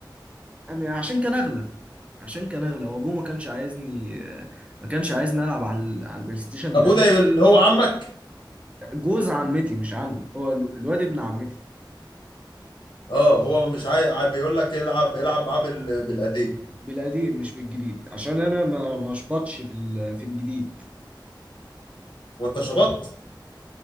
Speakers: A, on the right; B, on the left.
A: عشان كان اغلى عشان كان اغلى وابوه ما كانش عايزني ما كانش عايزني العب على ال- على البلاي ستيشن
B: أبوه
A: 3
B: ده اللي هو عمك
A: جوز عمتي مش عمي هو ال- الواد ابن عمتي
B: اه هو مش عايق بيقول لك العب العب معاه بال- بالقديم
A: بالقديم مش بالجديد عشان انا ما ما شبطش في ال- في الجديد
B: وانت شبطت